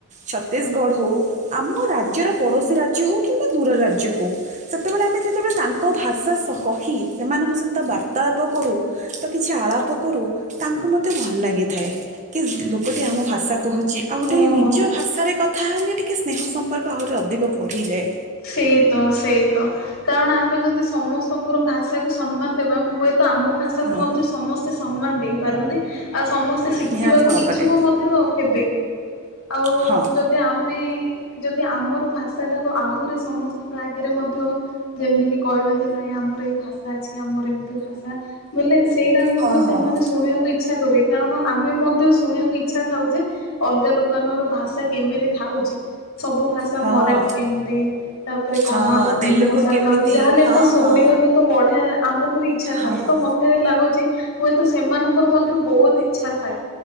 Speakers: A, on the right; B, on the left.
A: ଛତିଶଗଡ ହଉ ଆମ ରାଜ୍ୟର ପଡୋଶୀ ରାଜ୍ୟ ହଉ କିମ୍ବା ଦୂର ରାଜ୍ୟ ହଉ। ସେତେବେଳେ ଆମେ ଯେତେବେଳେ ତାଙ୍କ ଭାଷା କହି ସେମାନଙ୍କ ସହିତ ତ ବାର୍ତ୍ତାଳାପ କରୁ ତ କିଛି ଆଳାପ କରୁ ତାଙ୍କୁ ମୋତେ ଭଲ ଲାଗିଥାଏ। କି ଲୋକଟି ଆମ ଭାଷା କହୁଛି। ଆଉ
B: ହଁ
A: ଗୋଟେ ନିଜ ଭାଷାରେ କଥା ହେଲେ ଟିକେ ସ୍ନେହ ସମ୍ପର୍କ ଆହୁରି ଅଧିକ ବଢ଼ିଯାଏ।
B: ସେଇତ ସେଇତ କାରଣ ଆମେ ଯଦି ସମସ୍ତଙ୍କର ଭାଷାକୁ ସମ୍ମାନ ଦେବା ହୁଏତ। ତ ଆମ ଭାଷାକୁୁ
A: ହଁ
B: ମଧ୍ୟ ସମସ୍ତେ ସମ୍ମାନ ଦେଇପାରନ୍ତି। ଆଉ ସମସ୍ତେ ଶିଖିବାକୁ
A: ନିହାତି ଭାବରେ
B: ଇଚ୍ଛୁକ ମଧ୍ୟ ହେବେ ଆଉ
A: ହଁ
B: ଯଦି। ଆମେ ଯଦି ଆମର ଭାଷାଟାକୁ ଆହୁରି ସମସ୍ତଙ୍କ ଆଗରେ ମଧ୍ୟ ଯେମିତି କିି କହିବା ଯେ ନାଇଁ ଆମର ଏଇ ଭାଷା ଅଛି ଆମର ଏମିତି ଭାଷା। ବୋଲେ ସେଇଟା ମଧ୍ୟ
A: ହଁ
B: ସେମାନେ
A: ହଁ
B: ଶୁଣିବାକୁ ଇଚ୍ଛା କରେ କାରଣ ଆମେ ମଧ୍ୟ ଶୁଣିବାକୁ ଇଚ୍ଛା ଥାଉ ଯେ। ଅଲଗା ଲୋକାନର ଭାଷା କେମିତି ଥାଉଛି ସବୁ ଭାଷା
A: ହଁ
B: ମରାଠି କେମିତି। ତାପରେ
A: ହଁ
B: କନ୍ନଡ଼ କେମିତି
A: ତେଲୁଗୁ
B: ଭାଷା
A: କେମିତି
B: ଥାଉଛି ଯାହା ହେଲେଲେ
A: ହଁ
B: ତ ଶୁଣିବାକୁ
A: ହଁ
B: ତ ବଢିଆ ଆମକୁ ବି ଇଚ୍ଛା
A: ହଁ
B: ଥାଉ
A: ହଁ
B: ତ ମତେ ଏତେ ଲାଗୁଛି ହୁଏତ ସେମାନଙ୍କର ମଧ୍ୟ ବହୁତ ଇଚ୍ଛା ଥାଏ।